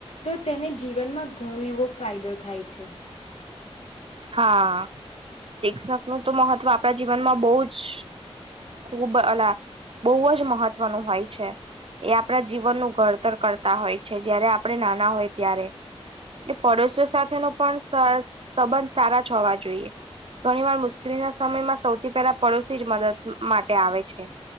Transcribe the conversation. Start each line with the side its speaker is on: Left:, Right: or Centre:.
Left: તો તેને જીવનમાં ઘણો એવો ફાયદો થાય છે.
Right: હા શિક્ષકનું તો મહત્વ આપણા જીવનમાં બોવ જ ખૂબ અલા બોવ જ મહત્વનું હોય છે. એ આપણા જીવનનું ઘડતર કરતા હોય છે. જય્યારે આપણે નાના હોય ત્યારે એટલે પડોશો સાથેનો પણ સંબંધ સારા હોવા જોઈએ. ઘણીવાર મુશ્કેલીના સમયમાં સૌથી પહેલા પડોશી જ મદદ માટે આવે છે.